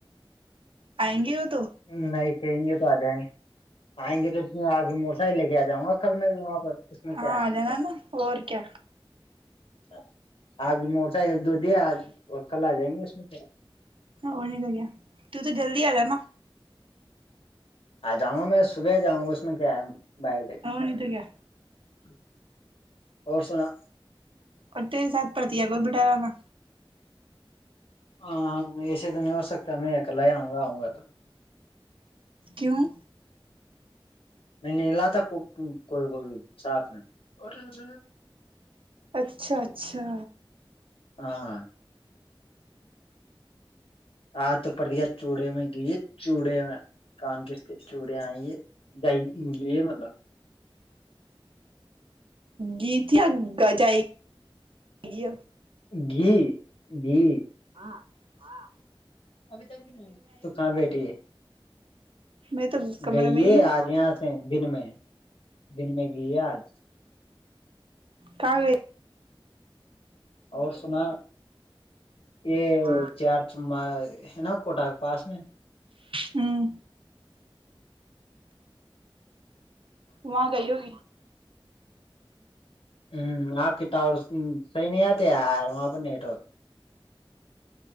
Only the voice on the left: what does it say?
ہ آئی کہ آ جائیں گے آئیں گے تو آج موٹر سائیکل لے کے آ جاؤں گا کل میں وہاں پر اس میں
کیا
ہے
ہاں آپ بھی موٹر سائیکل دو دیا آج اور کل آ جائیں گے اس میں کیا
آ جاؤں گا میں صبح جاؤں گا اس میں کیا ہے بائیر لے کے
جی اور سنا
ہاں ہاں ایسے د نوسک میں ا کلا ہی آؤں گا آؤں گا تو
نہیں نہیںلا تھا کوئی کوئی ساتھ میں اور اچ
ہاں آ تو پرڑ دیا چوڑے میں گیے چوڑے میں کان کس کے چوڑے آئیے جگلی ہے مطلب
جی جی
ابھی تک نہیں تو کہاں بیٹھی ہے
گئیے
آج یہاں سے دن میں دن میں گے آج
اور سنا یہ
چار چ میں ہے نا کوٹہ کے پاس میں
ہ آپ کے تو اور صحیح نہیں آتے یار وہاں پر نیٹورک